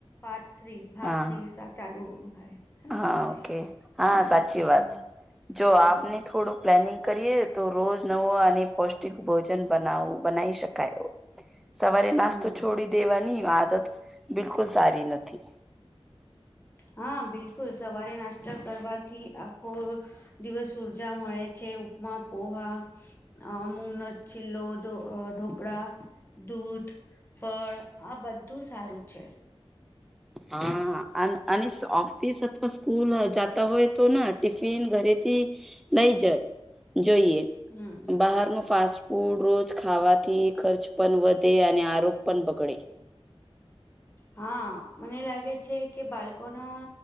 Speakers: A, on the left; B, in the centre.
A: પાર્ટ થ્રી ભાગ
B: હા
A: થ્રી સા ચાલુું થાય. હેના
B: હા ઓકે હા
A: હમ
B: સાચી વાત,
A: હમ
B: જો આપને
A: હમ
B: થોડુંક પ્લાનિંગ કરીએ તો રોજ નવો આને પૌષ્ટિક ભોજન બનાવ બનાવી શકાય.
A: <unintelligible>
B: સવારે નાસ્તો
A: હમ
B: છોડી દેવાની આદત બિલકુલ સારી નથી.
A: હા બિલકુલ સવારે નાસ્તા કરવાથી આખો દિવસ ઉર્જા મળે છે ઉપમા પોહા. અમુંકનો છિલ્લો ઢોકરા દૂધ. ફળ આ બધું સારું છે.
B: હા અને ઓફિસ અથવા સ્કૂલ જાતા હોય તો ટિફિન ઘરેથી, લઈ જ જોઈએ
A: હમ
B: બહારનું ફાસ્ટડ ફૂડ રોજ ખાવાથી ખર્ચ પણ વધે અને આરોગ પણ બગડે.
A: હા મને લાગે છે કે બાળકોના.